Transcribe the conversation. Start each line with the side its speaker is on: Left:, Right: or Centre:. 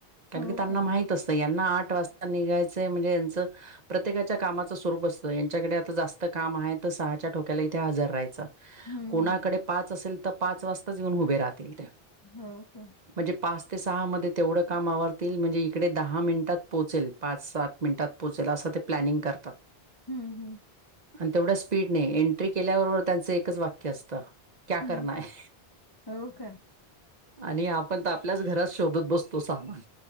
Right: कारण
Left: हो
Right: की त्यांना
Left: का
Right: माहित तसं यांना आठ वाजता निघायचं म्हणजे यांचं प्रत्येकाच्या कामाचं स्वरूप असतं, यांच्याकडे आता जास्त काम आहे त, सहाच्या ठोक्याला इथे हजर राहायचं.
Left: हम्म
Right: कोणाकडे
Left: हम्म
Right: पाच असेल त पाच वाजताच येऊन उभे राहतील त्या.
Left: हो कां.
Right: म्हणजे पाच ते सहा मध्ये तेवढं काम आवरतील, म्हणजे इकडे दहा मिनिटात पोचेल पाच सात मिनिटांत पोचेल असं ते प्लॅनिंग करतात.
Left: हूं हूं!
Right: आण तेवढ्या स्पीड ने एंट्री केल्याबरोबर त्यांचं एकच वाक्य असतं. क्या
Left: हम्म
Right: करना है?
Left: हो का
Right: आणि आपण त आपल्याच घरात शोधत बसतो सामान.